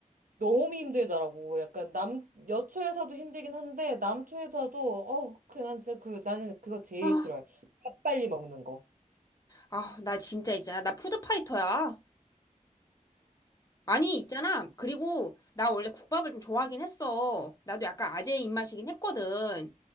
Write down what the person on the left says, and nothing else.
아,
아, 나 진짜 있잖아. 나 푸드파이터야. 아니, 있잖아. 그리고 나 원래 국밥을 좀 좋아하긴 했어. 나도 약간 아재 입맛이긴 했거든.